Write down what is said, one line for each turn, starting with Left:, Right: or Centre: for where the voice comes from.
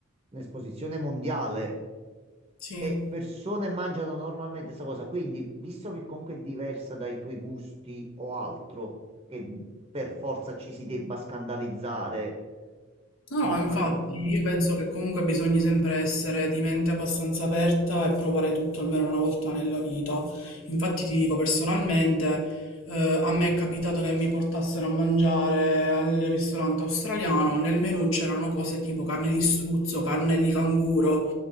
Right: un'esposizione mondiale
Left: sì.
Right: e persone mangiano normalmente questa cosa. Quindi, visto che comunque è diversa dai tuoi gusti o altro, che per forza ci si debba scandalizzare,
Left: No,
Right: ehm,
Left: no, infatti, io penso che comunque bisogna sempre essere di mente abbastanza aperta e provare tutto almeno una volta nella vita. Infatti ti dico personalmente, eh, a me è capitato che mi portassero a mangiare al ristorante australiano, nel menù c'erano cose tipo carne di struzzo, carne di canguro,